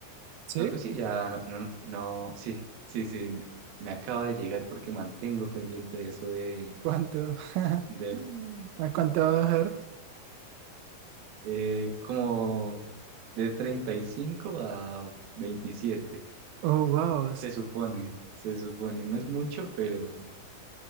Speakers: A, on the right; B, on the right.
A: ¿sí?
B: Pero pues sí, ya no, no, no- sí, sí, sí, me acaba de llegar porque mantengo pendiente de eso de,
A: ¿Cuánto? <laughs>
B: del,
A: ¿A cuánto va a bajar?
B: eh, como de 35 a veintisiete
A: Oh, wow, es-
B: se supone, se supone, no es mucho, pero,